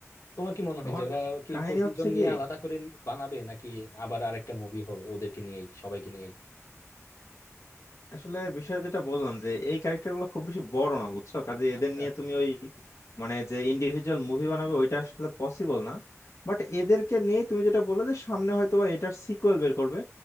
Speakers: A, on the left; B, on the left.
A: তোমার কি মনে
B: তোমার
A: হয় যে ওরা কি
B: কাহিনী
A: প্রতিজন
B: হচ্ছে কি
A: নিয়ে আলাদা করে বানাবে নাকি আবার আরেকটা মুভি হবে ওদেরকে নিয়ে সবাইকে নিয়ে
B: আসলে বিষয় যেটা বললাম যে এই ক্যারেক্টার গুলো খুব বেশি বড় না বুঝছো কাজে এদের
A: আচ্ছা
B: নিয়ে
A: আচ্ছা
B: তুমি ওই মানে যে ইন্ডিভিজুয়াল মুভি বানাবে ওইটা আসলে পসিবল না বাট এদেরকে নিয়ে তুমি যেটা বললে যে সামনে হয়তো বা এটার সিকুয়েল বের করবে